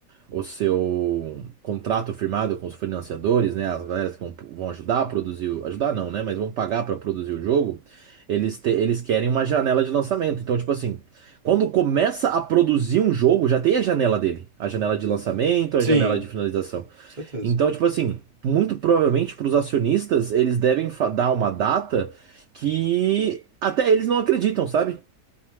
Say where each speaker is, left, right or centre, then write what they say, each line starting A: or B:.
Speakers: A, on the right (about 75°); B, on the right (about 35°).
A: o seu contrato firmado com os financiadores, né, as galeras que vão, vão ajudar a produzir, o- ajudar não, né, mas vão pagar para produzir o jogo, eles, te- eles querem uma janela de lançamento. Então, tipo assim, quando começa a produzir um jogo, já tem a janela dele, a janela de lançamento,
B: Sim,
A: a janela de
B: com
A: finalização.
B: certeza.
A: Então, tipo assim, muito provavelmente para os acionistas, eles devem fa- dar uma data que até eles não acreditam, sabe?